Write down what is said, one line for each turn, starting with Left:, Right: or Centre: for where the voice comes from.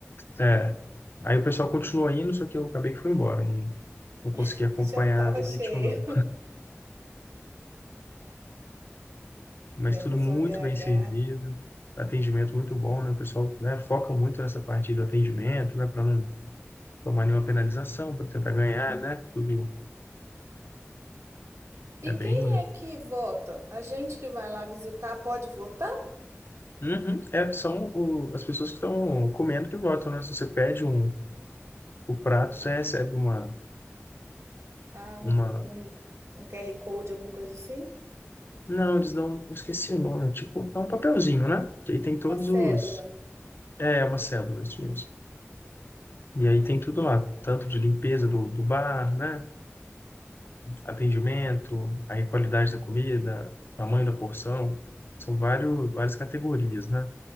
Left: é, aí o pessoal continuou indo, só que eu acabei que fui embora, não, não consegui
Right: <laughs>
Left: acompanhar
Right: Já estava
Left: o ritmo,
Right: cheio.
Left: não. mas
Right: É,
Left: tudo
Right: o pessoal
Left: muito
Right: em BH.
Left: bem servido, atendimento muito bom, né? O pessoal, né, foca muito nessa parte do atendimento, né, para não tomar nenhuma penalização, para tentar ganhar,
Right: Hum.
Left: né? Tudo
Right: E
Left: é
Right: quem
Left: bem.
Right: é que vota? A gente que vai lá visitar pode votar?
Left: Uhum. É, são o- as pessoas que estão comendo que votam, né? Se você pede um, o prato, você recebe uma,
Right: Ah, um,
Left: uma...
Right: vo- um, li- um QR Code, alguma coisa assim?
Left: Não, eles dão... eu Esqueci o nome. é Tipo, é um papelzinho, né? Que aí tem todos
Right: Uma cédula.
Left: os... É, uma cédula, isso mesmo. E aí tem tudo lá. Tanto de limpeza do, do bar, né? atendimento, aí qualidade da comida, tamanho da porção, são vários, várias categorias, né?